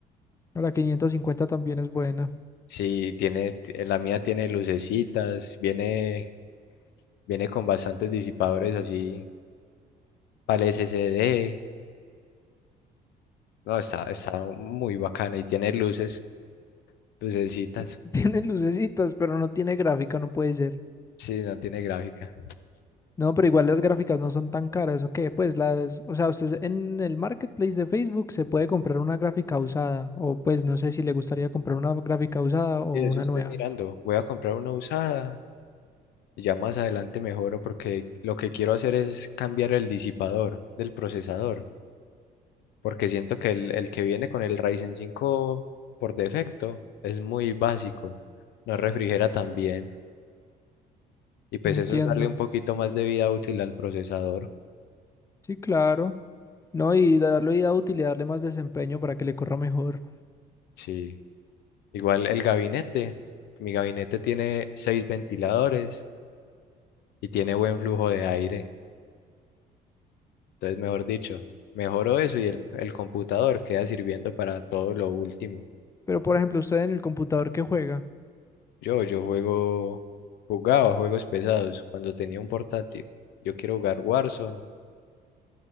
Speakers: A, on the left; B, on the left.
A: No, La 550 también es buena.
B: Sí, tiene, t- la mía tiene lucecitas, viene, viene con bastantes disipadores así para el SSD. No, está, está muy bacana y tiene luces, lucecitas.
A: <laughs> Tiene lucecitas, pero no tiene gráfica, no puede ser.
B: Sí, no tiene gráfica.
A: No, pero igual las gráficas no son tan caras, ¿o qué? Pues las, o sea, usted en el marketplace de Facebook se puede comprar una gráfica usada, o pues no sé si le gustaría comprar una gráfica usada o
B: Y de
A: una
B: eso estoy
A: nueva.
B: mirando. Voy a comprar una usada Ya más adelante mejoro porque lo que quiero hacer es cambiar el disipador del procesador, porque siento que el, el que viene con el Ryzen cinco por defecto es muy básico, no refrigera tan bien y pues
A: Entiendo.
B: eso es darle un poquito más de vida útil al procesador.
A: Sí, claro. No, y darle vida útil y darle más desempeño para que le corra mejor.
B: Sí, igual el gabinete, mi gabinete tiene seis ventiladores y tiene buen flujo de aire, entonces mejor dicho, mejoro eso y el, el computador queda sirviendo para todo lo último.
A: Pero por ejemplo, usted en el computador que juega.
B: Yo, yo juego, jugaba juegos pesados cuando tenía un portátil. Yo quiero jugar Warzone